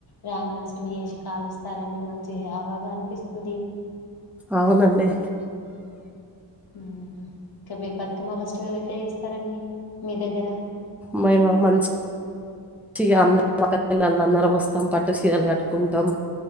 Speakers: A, on the left; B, in the centre.
A: రావణాసుని చేసి కాలుస్తారండి మంచిగా హవాగా అనిపిస్ స్తుంది.
B: అవునండి.
A: ఇంకా మీరు బతుకమ్మ ఫెస్టివల్ ఎట్ల చేస్తారండి మీ దగ్గరా
B: మై మా మంస్ మంచిగా అందరూ ఒక పిల్లలు అందరూ వస్తాం పట్టు చీరలు కట్టుకుంటాం